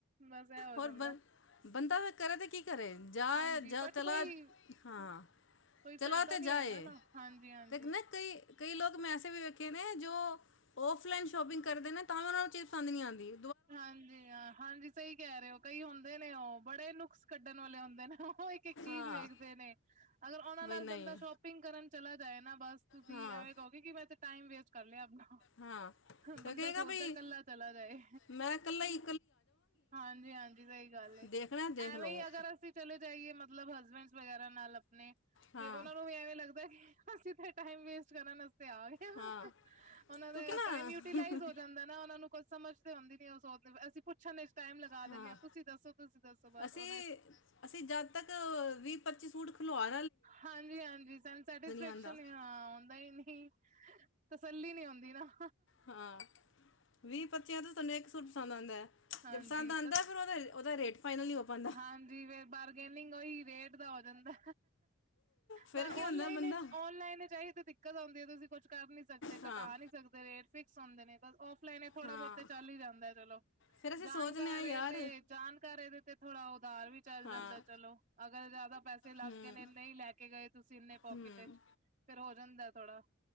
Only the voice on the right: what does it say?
ਬਸ ਐ ਹੋ
ਜਾਂਦਾ।
ਹਾਂਜੀ
ਬਟ
ਕੋਈ
ਕੋਈ ਫਾਇਦਾ
ਨੀ
ਹੈਗਾ ਨਾ ਹਾਂਜੀ ਹਾਂਜੀ
ਹਾਂਜੀ ਹਾਂ, ਹਾਂਜੀ ਸਹੀ ਕਹਿ ਰਹੇ ਹੋ, ਕਈ ਹੁੰਦੇ ਨੇ ਉਹ ਬੜੇ ਨੁਕਸ ਕੱਢਣ ਵਾਲੇ ਹੁੰਦੇ ਨੇ ਉਹ। ਉਹ ਇੱਕ -ਇੱਕ ਚੀਜ਼
ਵੇਖਦੇ ਨੇ, ਅਗਰ ਉਹਨਾਂ
ਨਾਲ
ਬੰਦਾ ਸ਼ੋਪਿੰਗ ਕਰਨ ਚਲਾ ਜਾਏ ਨਾ ਬਸ ਤੁਸੀਂ
ਐਵੇਂ ਕਹੋਗੇ, ਕਿ ਮੈਂ ਤੇ ਟਾਈਮ ਵੇਸਟ ਕਰ ਲਿਆ ਆਪਣਾ।
ਬੰਦਾ
ਸੋਚਦਾ
ਕੱਲਾ ਚਲਾ ਜਾਏ।
ਹਾਂਜੀ -ਹਾਂਜੀ ਸਹੀ ਗੱਲ ਏ,
ਐਵੇਂ
ਹੀ ਅਗਰ ਅਸੀਂ ਚਲੇ ਜਾਈਏ, ਮਤਲਬ ਹਸਬੈਂਡ ਵਗੈਰਾ ਨਾਲ ਆਪਣੇ
ਤੇ ਉਹਨਾਂ ਨੂੰ ਵੀ ਐਵੇਂ ਲੱਗਦਾ ਕਿ ਅਸੀਂ ਤੇ ਟਾਈਮ ਵੇਸਟ ਕਰਨ ਵਾਸਤੇ ਆ ਗਏ।
ਉਹਨਾਂ
ਦੇ
ਟਾਈਮ ਯੂਟੀਲਾਈਜ਼ ਹੋ ਜਾਂਦਾ ਨਾ, ਉਹ ਨੂੰ ਕੁਛ ਸਮਝ ਤੇ ਆਉਂਦੀ ਨੀ ਉਹ ਅਸੀਂ ਪੁੱਛਣ ਚ ਟਾਈਮ ਲਗਾ
ਦਿੰਦੇ ਆਂ, ਤੁਸੀਂ ਦੱਸੋ -ਤੁਸੀਂ ਦੱਸੋ ਬਸ
ਉਹਨਾ
ਹਾਂਜੀ -ਹਾਂਜੀ ਸਾਨੂੰ ਸੈਟਿਸਫੈਕਸ਼ਨ
ਹਾਂ ਆਉਂਦਾ ਈ ਨਹੀਂ। ਤਸੱਲੀ ਨਹੀਂ ਹੁੰਦੀ ਨਾ।
ਹਾਂਜੀ,
ਹਾਂਜੀ ਫੇ ਬਾਰਗੇਨਿੰਗ ਹੋਈ ਰੇਟ ਦਾ ਹੋ ਜਾਂਦਾ।
ਮੈਂ ਔਨਲਾਈਨ
ਵਿਚ ਔਨਲਾਈਨ ਵਿਚ ਅਇਓ ਤੇ ਦਿਕਤ ਤ ਆਉਂਦੀ ਹੈ, ਤੁਸੀਂ ਕੁੱਛ ਕਰ ਨੀ ਸਕਦੇ,
ਘਟਾ ਨਹੀਂ ਸਕਦੇ, ਰੇਟ ਫਿਕਸ ਹੁੰਦੇ ਨੇ, ਬ ਔਫਲਾਈਨ ਥੋੜਾ
ਬਹੁਤ ਚੱਲ ਹੀ ਜਾਂਦਾ ਹੈ ਚਲੋ।
ਜਾਣਕਾਰੇ
ਤੇ
ਜਾਣਕਾਰੇ ਦੇ ਤੇ ਥੋੜਾ ਉਦਾਰ ਵੀ ਚੱਲ
ਜਾਂਦਾ ਚਲੋ, ਅਗਰ ਜ਼ਿਆਦਾ ਪੈਸੇ ਲੱਗ
ਗਏ ਨੇ, ਨਹੀਂ ਲੈ ਕੇ ਗਏ ਤੁਸੀਂ ਇੰਨੇ ਪੋਕਿਟ
ਵਿਚ। ਫੇਰ ਹੋ ਜਾਂਦਾ ਥੋੜਾ।